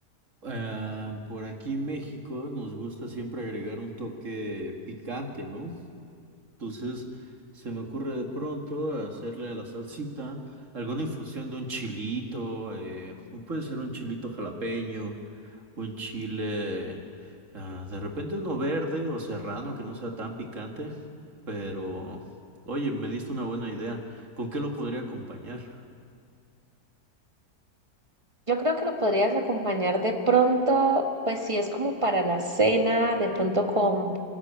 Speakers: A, on the right (about 50°); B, on the right (about 20°).
A: ah, por aquí en México nos gusta siempre agregar un toque picante, ¿no? Entonces, se me ocurre de pronto hacerle a la salsita alguna infusión de un chilito, eh, puede ser un chilito jalapeño, un chile, ah, de repente uno verde o serrano que no sea tan picante, pero, oye, me diste una buena idea. ¿Con qué lo podría acompañar?
B: Yo creo que lo podrías acompañar de pronto, pues si es como para la cena, de pronto con,